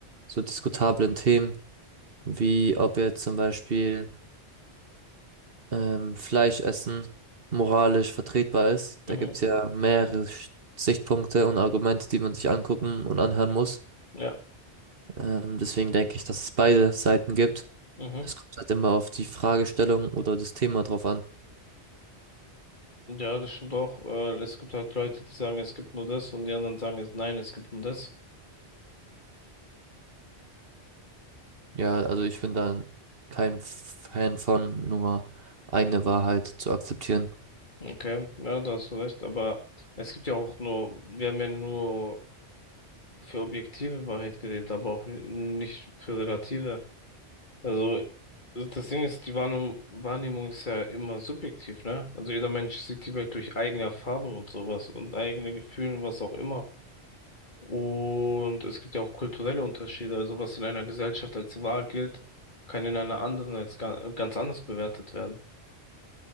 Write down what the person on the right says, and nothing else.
so diskutablen Themen, wie ob jetzt zum Beispiel ähm, Fleisch essen moralisch vertretbar ist.
Da gibt's ja mehrere Sch- Sichtpunkte und Argumente, die man sich angucken und anhören muss.
Ähm, deswegen denke ich, dass es beide Seiten gibt.
Es kommt halt immer auf die Fragestellung oder das Thema drauf an.
Ja, also ich bin da kein Fan von nur eine Wahrheit zu akzeptieren.